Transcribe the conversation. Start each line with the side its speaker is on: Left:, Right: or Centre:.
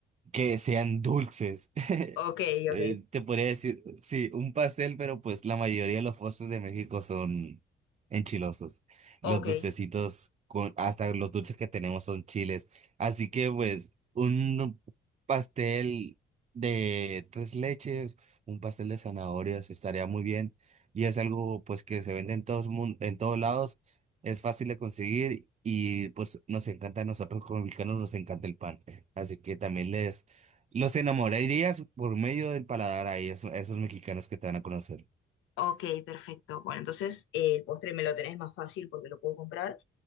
Right: que sean dulces. <laughs>
Left: Ok,
Right: Eh,
Left: ok,
Right: te podría decir, sí, un pastel, pero pues la mayoría de los postres de México son enchilosos. Los
Left: ok,
Right: dulcecitos, con, hasta los dulces que tenemos son chiles. Así que pues un pastel de tres leches, un pastel de zanahorias estaría muy bien. Y es algo pues que se vende en todos, mun- en todos lados. Es fácil de conseguir y pues nos encanta a nosotros como mexicanos, nos encanta el pan. Así que también les los enamorarías por medio del paladar a ellos, a esos mexicanos que te van a conocer.
Left: ok, perfecto. Bueno, entonces eh, el postre me lo tenés más fácil porque lo puedo comprar.